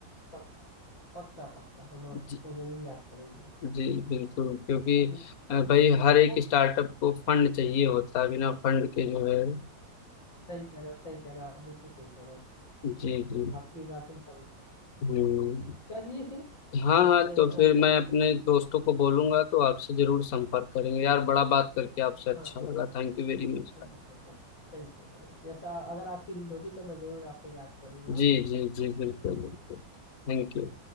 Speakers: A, on the left; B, on the left.
A: पक्का पक्का पक्का हम आपको
B: जी
A: जरूर याद करेंगे
B: जी बिल्कुल
A: ठीक
B: क्योंकि अ, भाई हर एक
A: ओके
B: स्टार्टअप को फंड चाहिए होता है बिना फंड के जो है
A: सही कह रहे हो सही कह रहे हो आप बिल्कुल सही कह रहे हो
B: जी जी
A: आपकी बात हम समझ
B: हम्म
A: जी। चलिए फिर
B: हाँ
A: मिलते
B: हाँ
A: हैं
B: तो फिर
A: आपको
B: मैं अपने
A: जैसा
B: दोस्तों को बोलूंगा तो आपसे जरूर संपर्क करेंगे यार बड़ा बात करके आपसे अच्छा
A: हाँ
B: लगा थैंक यू वेरी मच
A: हाँ हाँ भाई थैंक यू भाई जैसा अगर आप फ्री होगी तो मैं जरूर आपको याद करूंगा ओके
B: जी जी जी बिल्कुल बिल्कुल Thank you